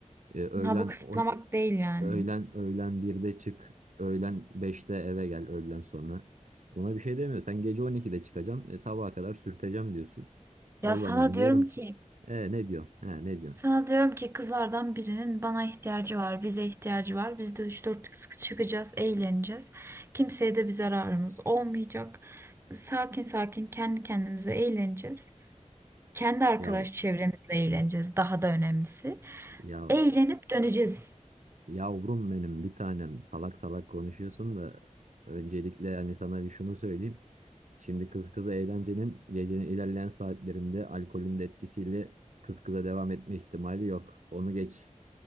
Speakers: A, on the right; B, on the right.
A: E, öğlen
B: Ha bu kısıtlamak
A: on-
B: değil yani.
A: öğlen öğlen birde çık, öğlen beşte eve gel öğlen sonra. Buna bir şey demiyor. Sen gece 12'de çıkacağım, e, sabaha kadar sürteceğim diyorsun.
B: Ya
A: O
B: sana
A: zaman
B: diyorum
A: diyorum
B: ki
A: ki, e ne diyorsun? Ha ne diyorsun?
B: sana diyorum ki kızlardan birinin bana ihtiyacı var, bize ihtiyacı var. Biz de üç dört kız çıkacağız, eğleneceğiz. Kimseye de bir zararımız olmayacak. Sakin sakin kendi kendimize eğleneceğiz. Kendi arkadaş
A: Ya
B: çevremizle eğleneceğiz. Daha da önemlisi.
A: ya
B: Eğlenip döneceğiz.
A: yavrum benim bir tanem salak salak konuşuyorsun da öncelikle hani sana bir şunu söyleyeyim. Şimdi kız kıza eğlencenin gecenin ilerleyen saatlerinde alkolün de etkisiyle kız kıza devam etme ihtimali yok. Onu geç.